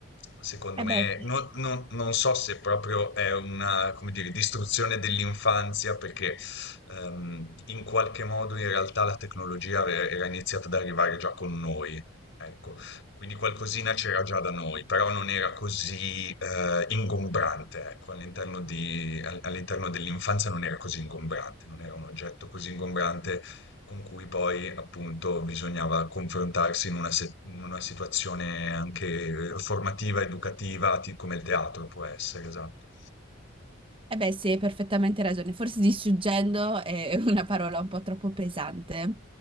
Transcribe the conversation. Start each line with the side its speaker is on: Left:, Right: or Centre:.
Left: Secondo
Right: Eh
Left: me,
Right: beh, sì.
Left: non, non- non so se proprio è una, come dire, distruzione dell'infanzia, perché ehm, in qualche modo in realtà la tecnologia ave- era iniziata ad arrivare già con noi. Ecco, quindi qualcosina c'era già da noi, però non era così eh, ingombrante, ecco, all'interno di- all- all'interno dell'infanzia non era così ingombrante, non era un oggetto così ingombrante con cui poi appunto bisognava confrontarsi in una, se- in una situazione anche eh, formativa, educativa, ti- come il teatro può essere, esatto.
Right: Eh beh, sì, hai perfettamente ragione. Forse distruggendo è <laughs> una parola un po' troppo pesante,